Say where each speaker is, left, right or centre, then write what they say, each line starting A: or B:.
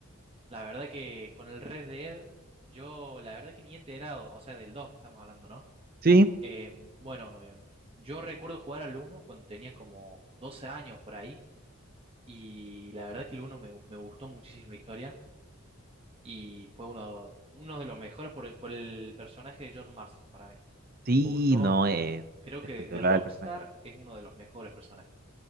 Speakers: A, on the right; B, on the right.
A: la verdad que con el Red Dead, yo la verdad que ni he enterado, o sea, del 2 estamos hablando, ¿no?
B: Sí,
A: Eh, bueno, eh, yo recuerdo jugar al uno cuando tenía como 12 años por ahí y la verdad que el uno me, me gustó muchísimo la historia y fue uno, uno de los mejores por, el por el personaje de John Marston para mí.
B: sí,
A: Me gustó,
B: no, es
A: creo
B: espectacular
A: que de Rockstar
B: el personaje.
A: es uno de los mejores personajes.